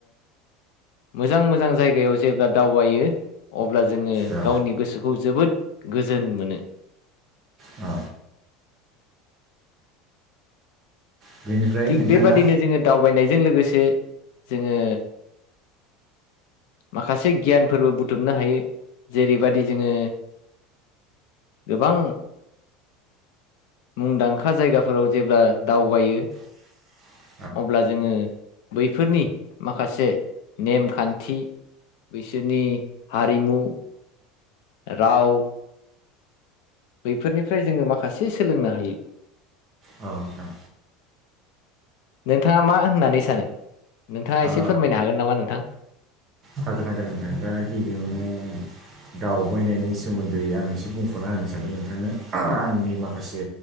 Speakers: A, on the left; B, on the right.
A: मोजां मोजां जायगायाव जेब्ला दावबायो अब्ला जोङो
B: औ
A: गावनि गोसोखौ जोबोद गोजोन मोनो
B: औ बेनिफ्राय
A: थिग
B: नोंथाङा
A: बेबादिनो जोङो दावबायनायजों लोगोसे जोङो माखासे गियानफोरबो बुथुमनो हायो जेरैबायदि जोङो गोबां मुंदांखा जायगाफोराव जेब्ला दावबायो
B: <inaudible>
A: अब्ला जोङो बैफोरनि माखासे नेमखान्थि बिसोरनि हारिमु राव बैफोरनिफ्राय जोङो माखासे सोलोंनो हायो
B: औ नोंथां
A: नोंथाङा मा होननानै सानो नोंथाङा
B: ओ,
A: एसे फोरमायनो हागोन नामा नोंथां
B: हागोन हागोन नोंथों दा गिबियावनो दावबायनायनि सोमोन्दै आं एसे बुंफुरना होनो सानदों नोंथांनो आंनि माखासे